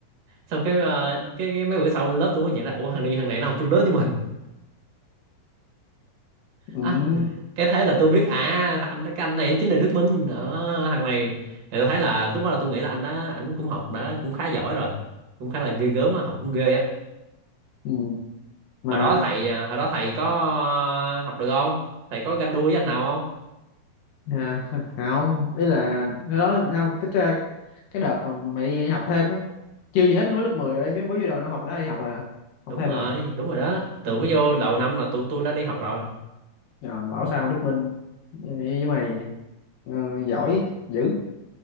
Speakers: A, on the right; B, on the left.
A: xong cái, ờ, cái cái mấy bữa sau lên lớp tôi mới nhận ra ủa thằng này thằng này nó học chung lớp với mình
B: ừ.
A: à cái thế là tôi biết à thằng- anh cái anh này anh chính là Đức Minh đó thằng này thì tôi thấy là lúc đó là tôi nghĩ là anh đó anh cũng học đã cũng khá giỏi rồi cũng khá là ghê gớm á học cũng ghê á
B: ừ. mà
A: hồi đó thầy ờ, hồi đó thầy có ờ, học được không thầy có ganh đua với anh nào không
B: à, <laughs> không ý là cái đó không tức ra cái đợt mà mày đi học thêm á chưa gì hết lúc lớp 10 rồi chứ mới vô đầu năm học đó đi học là học
A: đúng
B: thêm
A: rồi
B: rồi
A: đúng rồi đó từ mới vô đầu năm là tụi tôi đã đi học rồi
B: rồi bảo sao Đức Minh với mày ờ, giỏi dữ